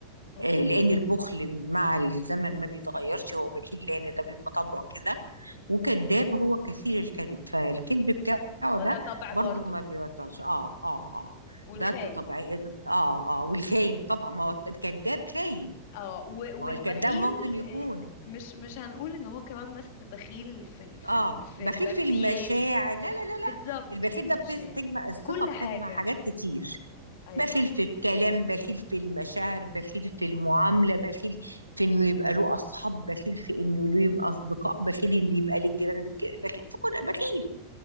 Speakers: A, on the left; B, on the right.
A: مم.
B: آه، لان البخل مع الزمن ما بيتغيرش هو بخيل لان ده بيبقى طبعه كده وكذاب هو كثير الكذب فالكذب بتاعه
A: فده
B: ده
A: طبع
B: برضو
A: برضو
B: ما بيبطلش اه اه اه
A: والخاين
B: ده ط- طبيعي اه اه والخاين طبعا ما هو الكذاب خاين
A: اه و-
B: ما
A: والبخيل
B: هو الكذاب ممكن يخون
A: آه، مش مش هنقول ان هو كمان بس بخيل في ال في
B: اه
A: ال في
B: بخيل
A: الماديات
B: في المشاعر لا لا لا
A: بالظبط
B: لا البخيل
A: في المشاعر
B: ده بتجمع الصفة
A: كل
B: بتجمع
A: حاجة
B: حاجات كتير
A: ايوه
B: بخيل في الكلام بخيل في المشاعر بخيل في المعاملة بخيل في انه يبقى له اصحاب بخيل في انه له يبقى اصدقاء بخيل انه يبقى للجيران كده، بخيل في كل بخيل